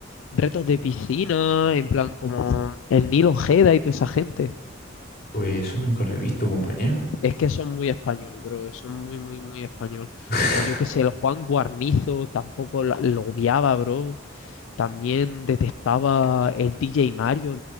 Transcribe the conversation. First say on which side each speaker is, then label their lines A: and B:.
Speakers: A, on the left; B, on the left.
A: retos de piscina, en plan como el Nilo Ojeda y toda esa gente.
B: Pues eso nunca lo he visto, compañero.
A: Es que son muy español, bro, son muy, muy, muy español.
B: <laughs>
A: O yo qué sé, el Juan Guarnizo tampoco la- lo odiaba, bro. También detestaba el DJ Mario,